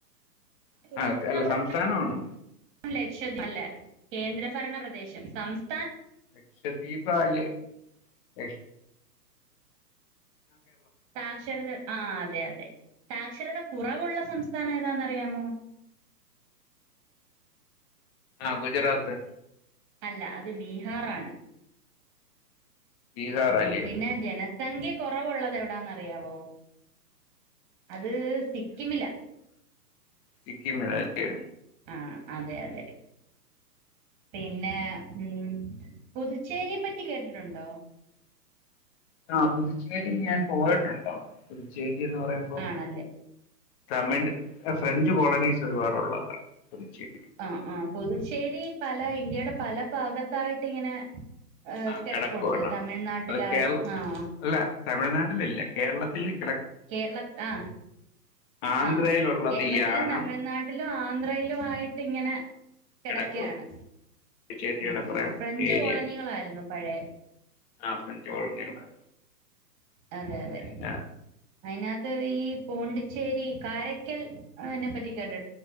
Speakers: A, on the right; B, on the left.
A: കേന്ദ്രഭരണ
B: ആഹ് അല്ല സംസ്ഥാനം ആണോ
A: ലക്ഷദ്വീപ് അല്ല കേന്ദ്രഭരണ പ്രദേശം സംസ്
B: ലക്ഷദ്വീപാല്യ ലക്ഷ
A: സാക്ഷരത ആ അതെ അതെ സാക്ഷരത കുറവുള്ള സംസ്ഥാനം ഏതാന്നറിയാമോ
B: ആ ഗുജറാത്ത്
A: അല്ല അത് ബീഹാറാണ്
B: ബീഹാർ
A: ഉം
B: അല്ലേ
A: പിന്നെ ജന സംഖ്യ കൊറവുള്ളത് എവിടാന്നറിയാവോ അത് സിക്കിമിലാ
B: സിക്കിമിലാല്യോ
A: ആ അതെ അതെ പിന്നെ ഉം പുതുച്ചേരിയെ പറ്റി കേട്ടിട്ടൊണ്ടോ
B: ആ പുതുച്ചേരി ഞാൻ പോയിട്ടൊണ്ട് പുതുച്ചേരി എന്ന് പറയുമ്പം
A: ആണല്ലേ
B: തമിഴ് ഫ്രഞ്ച് കോളനീസ് ഒരുപാടുള്ളതാണ് പുതുച്ചേരി
A: ആ ആഹ് പുതുച്ചേരി പല ഇന്ത്യയുടെ പല ഭാഗത്തായിട്ട് ഇങ്ങനെ- ഏഹ്
B: ആ
A: കിടപ്പുണ്ട്
B: <unintelligible>
A: തമിഴ്നാട്ടില്
B: അത് കേരളത്തി
A: ആഹ്
B: അല്ല തമിഴ്നാട്ടില്ലാ കേരളത്തില്-
A: കേരളത്തിലും ആ
B: ആന്ധ്രയിലുള്ളത്
A: ആ കേരളത്തിലും
B: യാനം
A: തമിഴ്നാട്ടിലും ആന്ധ്രയിലായി ഇങ്ങനെ കെടക്കെയാണ്
B: കിടക്കുക ചേരിയുടെ
A: ഉം
B: കുറെ
A: ഉം ഫ്രഞ്ച്
B: ഏരിയ
A: കോളനികളാര്ന്നു പഴയെ
B: ആ ഫ്രഞ്ച് കോളനികള്
A: അതെ അതെ
B: പിന്നെ
A: അതിനത്ത് ഈ പോണ്ടിച്ചേരി കാരക്കാൽ അയിനെപ്പറ്റി കേട്ട്